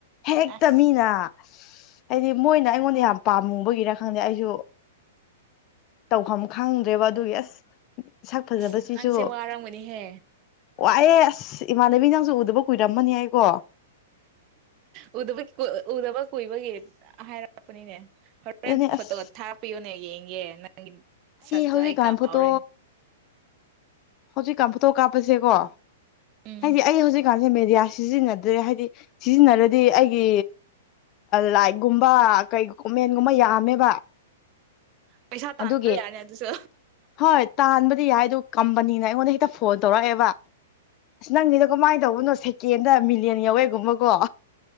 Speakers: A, on the left (about 35°); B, on the right (about 35°).
A: ꯍꯦꯛꯇ
B: ꯑꯁ
A: ꯃꯤꯅ ꯍꯥꯏꯗꯤ ꯃꯣꯏꯅ ꯑꯩꯉꯣꯟꯗ ꯌꯥꯝ ꯄꯥꯝꯃꯨꯕꯒꯤꯔ ꯈꯪꯗꯦ ꯑꯩꯁꯨ ꯇꯧꯐꯝ ꯈꯪꯗ꯭ꯔꯦꯕ ꯑꯗꯨ ꯑꯁ ꯁꯛ ꯐꯖꯕꯁꯤꯁꯨ
B: ꯑꯁ ꯅꯪꯁꯦ ꯋꯥꯔꯝꯒꯅꯤꯍꯦ
A: ꯋꯥꯑ ꯑꯁ ꯏꯃꯥꯟꯅꯕꯤ ꯅꯪꯁꯨ ꯎꯗꯕ ꯀꯨꯏꯔꯃꯅꯤ ꯍꯥꯏꯀꯣ
B: ꯕ ꯎꯗꯕ ꯀꯨꯏꯕꯒꯤ ꯍꯥꯏꯔꯛꯄꯅꯤꯅꯦ ꯐꯣꯔꯦꯟ
A: ꯑꯗꯨꯅꯦ
B: ꯐꯣꯇꯣ
A: ꯑꯁ
B: ꯊꯥꯛꯄꯤꯌꯣꯅꯦ ꯌꯦꯡꯒꯦ ꯅꯪꯒꯤ ꯁꯛꯇꯣ
A: ꯍꯧꯖꯤꯛꯀꯥꯟ
B: ꯑꯩ ꯀꯥꯎꯔꯦ
A: ꯐꯣꯇꯣ ꯍꯧꯖꯤꯛꯀꯥꯟ ꯐꯣꯇꯣ ꯀꯥꯞꯄꯁꯦꯀꯣ
B: ꯎꯝ
A: ꯍꯥꯏꯗꯤ ꯑꯩ ꯍꯧꯖꯤꯛꯀꯥꯟ ꯑꯩꯅ ꯃꯦꯗꯤꯌꯥ ꯁꯤꯖꯤꯟꯅꯗ꯭ꯔꯦ ꯍꯥꯏꯗꯤ ꯁꯤꯖꯤꯟꯅꯔꯗꯤ ꯑꯩꯒꯤ ꯂꯥꯏꯛꯒꯨꯝꯕ ꯀꯩꯒ ꯃꯦꯟꯒꯨꯝꯕ ꯌꯥꯝꯃꯦꯕ
B: ꯄꯩꯁꯥ ꯇꯥꯟꯅꯕ
A: ꯑꯗꯨꯒꯤ
B: ꯌꯥꯔꯅꯤ ꯑꯗꯨꯁꯨ
A: ꯍꯣꯏ ꯇꯥꯟꯕꯗꯤ ꯌꯥꯏ ꯑꯗꯨ ꯀꯝꯄꯅꯤꯅ ꯑꯩꯉꯣꯟꯗ ꯍꯦꯛꯇ ꯐꯣꯟ ꯇꯧꯔꯛꯑꯦꯕ ꯑꯁ ꯅꯪꯁꯤꯅ ꯀꯃꯥꯏꯅ ꯇꯧꯕꯅꯣ ꯁꯦꯀꯦꯟꯗ ꯃꯤꯂꯤꯌꯟ ꯌꯥꯧꯋꯦ ꯨꯝꯕꯀꯣ